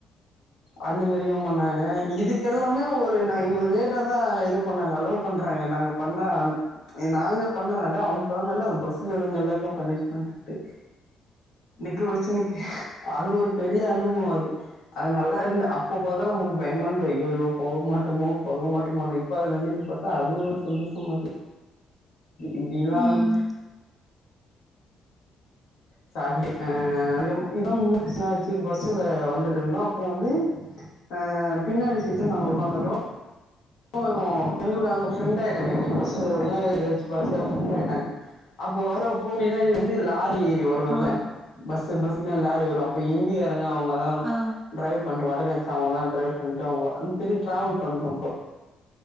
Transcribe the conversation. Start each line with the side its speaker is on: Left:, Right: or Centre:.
Left: அந்த மாரியும் பண்ணாங்க இதுக்கெல்லாமே ஒரு நாங் எங்களுக்கு லேட்டா தான் இது பண்ணாங்க அலோ பண்றாங்க நாங்க பண்ண நாங்க பண்ணலல அவன் பண்ணால அந்த பஸ்சுல இருங்க எல்லாருக்கும் பனிஷ்மெண்ட்டு நிக்க வச்சு நிக்க அது ஒரு பெரிய அனுபவோம் அது அதுனால <unintelligible> அப்ப பாதனா நமக்கு பயமா அய்யோ போக மாட்டோமோ போக மாட்டமானு இப்ப அத நனைச்சுபாத்தா அது ஒரு சந்தோஷமாருக்கு எப்டினாலு
Right: ம்
Left: சாரி ஆ இதான் முஸ்ல ஆச்சு பஸ்ல வந்துட்டு இருந்தோம் அப்போ வந்து அ பின்னாடி சீட்டுல நாங்க உக்காந்துட்டோம் ஓ எங்களுக்கு அங்க ஃப்ரெண்டயிட்டட்டாங்க எங்க பசங்க <unintelligible> ஃப்ரெண்டாயிட்டாங்க அப்போ வர போ பின்னாடி வந்து லாரியோ வரும்ல
Right: ஆ
Left: பஸ்சு பஸ்சுக்கு லாரி வரும் அப்ப இந்தியாரங்க அங்கதா
Right: ஆ
Left: ட்ரைவ் பண்டு வடகச் அவ்கதா ட்ரைவ் பண்ட்றாங்க பெரிய டிராவல் பண்டு ப